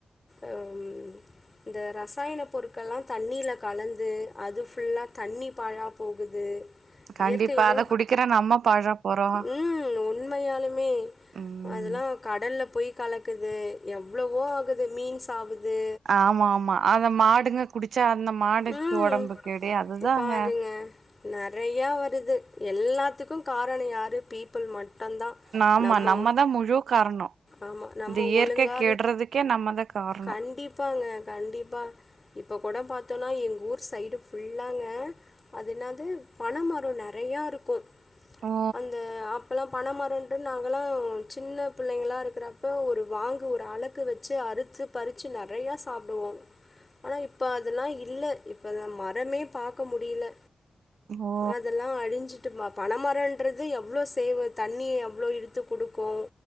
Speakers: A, on the left; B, on the right.
A: அம் இந்த ரசாயன பொருட்கள் எல்லா தண்ணில கலந்து அது ஃபுல்லா தண்ணி பாலா போகுது
B: கண்டிப்பா
A: இயற்கைல
B: அத குடிக்கிற நம்ம பாழா போறோ
A: ம் உண்மையாலுமே
B: ம்
A: அதெலா கடலில போய் கலக்குது எவ்வளவோ ஆகுது மீன் ஆகுது
B: ஆமா ஆமா அத மாடுங்க குடிச்சா அந்த மாடுக்கு
A: ம்
B: ஒடம்பு கேடு அதுதாங்க
A: பாருங்க நெறையா வருது எல்லாத்துக்கு காரணனோ யாரு பீப்பிள் மட் தா
B: ஆமா
A: நம்ம
B: நம்மதா முழு காரணோ
A: ஆமா நம்ம
B: இந்த இயற்கை
A: ஒழுங்கா
B: கெடுறதுக்கே நம்மதா காரணோ
A: கண்டிப்பாங்க கண்டிப்பா இப்போ கூட பார்த்தோன்னா எங்கள் ஊர் சைடு ஃபுல்லாங்க அது என்னது பண மரோ நெறையா இருக்கு
B: ஓ
A: அந்த அப்பலா பனமரோன்ட்டு நாங்கலா சின்ன பிள்ளங்களா இருக்கிறப்ப ஒரு வாங்கு ஒரு அளக்கு வச்சு அறுத்து பருச்சு நெறயா சாப்பிடுவோ ஆனா இப்ப அதெல்லா இல்ல இப்ப அந்த மரமே பாக்க முடியல
B: ஓ
A: அதெல்லா அழிஞ்சிட்டு பனமரோன்றது எப் அவ்ளோ சேவ தண்ணிய அவ்ளோ இழுத்து குடுக்கு